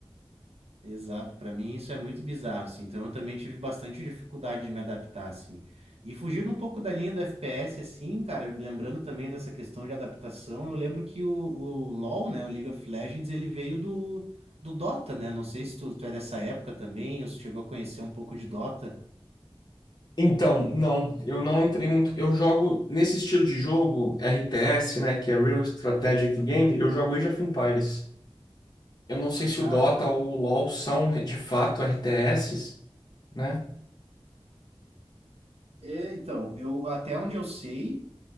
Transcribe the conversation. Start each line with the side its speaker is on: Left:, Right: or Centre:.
Right: Exato, para mim isso é muito bizarro, assim. Então eu também tive bastante dificuldade de me adaptar, assim. E fugindo um pouco da linha do FPS, assim, cara, lembrando também dessa questão de adaptação, eu lembro que o, o LoL, né, o League of Legends, ele veio do, do Dota, né? Não sei se tu, tu é dessa época também, ou se chegou a conhecer um pouco de Dota.
Left: Então, não, eu não entrei muito. Eu jogo nesse estilo de jogo, RTS, né, que é Real Strategic Game, eu jogo Age of Empires. Eu não sei se
Right: Cara,
Left: o Dota ou o LoL são de fato RTSs, né?
Right: é, então, eu até onde eu sei.